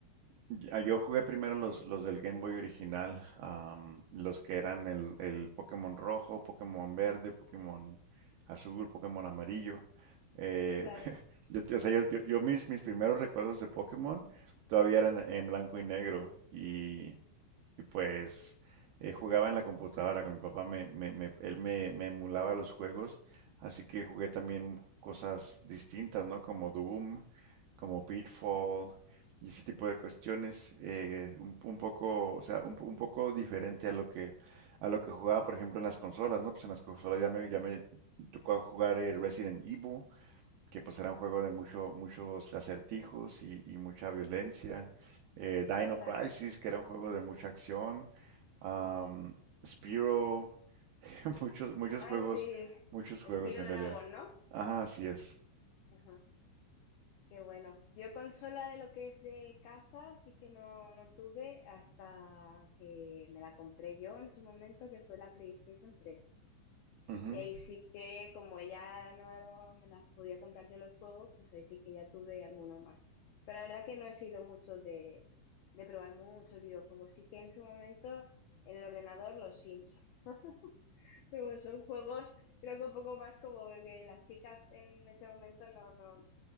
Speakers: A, on the right; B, on the left.
A: Ya, Yo jugué primero los, los del Game Boy original, am, los que eran el, el Pokémon rojo, Pokémon verde, Pokémon azul, Pokémon amarillo. Eh,
B: Claro,
A: <laughs> yo, te- o sea, yo, yo- yo mis, mis primeros recuerdos de Pokémon todavía eran en blanco y negro y, y pues eh, jugaba en la computadora con mi papá, me, me- me- él me, me emulaba los juegos, así que jugué también cosas distintas, ¿no? Como Doom, como Pitfall y ese tipo de cuestiones, eh, un, un poco, o sea, un, un poco diferente a lo que a lo que jugaba, por ejemplo, en las consolas, ¿no? Pues en las consolas ya me, ya me tocó jugar el Resident Evil, que pues era un juego de mucho, muchos acertijos y, y mucha violencia. Eh, Dino
B: claro.
A: Crisis, que era un juego de mucha acción. Am, Spyro, <laughs> muchos, muchos
B: Ah,
A: juegos,
B: sí.
A: muchos juegos
B: Spyro
A: en
B: Dragon,
A: realidad.
B: ¿no?
A: Ajá, así es.
B: Ajá. Qué bueno. Yo consola de lo que es de casa, sí que no, no tuve hasta que me la compré yo en su momento, que fue la PlayStation tres
A: Ujú.
B: Y ahí sí que, como ya no me las podía comprar yo los juegos, pues ahí sí que ya tuve alguno más. Pero la verdad que no he sido mucho de, de probar muchos videojuegos. Sí que en su momento en el ordenador los Sims. <laughs> Pero son juegos, creo que un poco más como que las chicas en ese momento no, no,